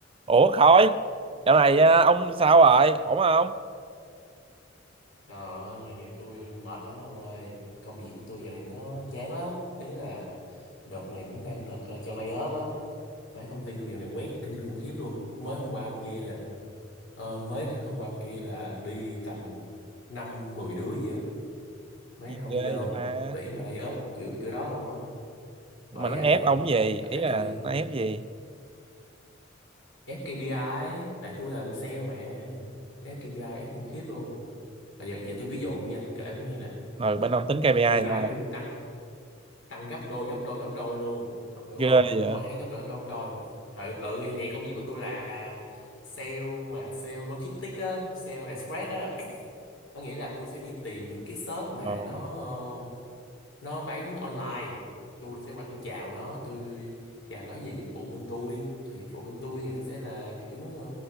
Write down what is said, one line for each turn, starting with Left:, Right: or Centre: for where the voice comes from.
Right: Ủa Khôi, dạo này à, ông sao rồi? Ổn không?
Left: Trời ơi, dạo này tôi mệt lắm ông ơi. Công việc của tôi dạo này nó chán lắm. Ý là đợt này cũng đang đợt ờ, cho lay off á. Mấy công ty tôi dạo này quét kinh khủng khiếp luôn. Mới hôm qua hôm kia nè. Ờ, mới hôm qua hôm kia là đi tầm 5 10 đứa gì á. Mấy
Right: Gì
Left: không
Right: ghê
Left: thấy ghê
Right: vậy
Left: không?
Right: mà.
Left: Tuyển mà lay off kiểu kiểu đó không á.
Right: Nhưng
Left: Bởi
Right: mà nó
Left: vậy,
Right: ép ông gì?
Left: đợt
Right: Ý
Left: này
Right: là
Left: tôi
Right: nó ép gì?
Left: ép ca pê I tại tôi làm sale mà. Ép ca pê I ép khủng khiếp luôn. À, giờ giờ tôi ví dụ nha, tôi kể ông nghe nè.
Right: Rồi
Left: Là
Right: bên ông tính KPI
Left: ca pê I nó
Right: thì sao?
Left: luôn tăng tăng gấp đôi gấp đôi gấp đôi luôn ông hiểu
Right: Ghê
Left: không
Right: vậy.
Left: cứ mỗi tháng gấp đôi gấp đôi gấp đôi ừ, ừ thì nè công việc của tôi là sale mà sale logistics á sale express á có nghĩa là tôi sẽ đi tìm những cái shop mà
Right: Ồ,
Left: nó ờ, nó bán online tôi sẽ qua tôi chào nó tôi chào nó về dịch vụ bên tôi thì dịch vụ bên tôi thì nó sẽ là kiểu ờ,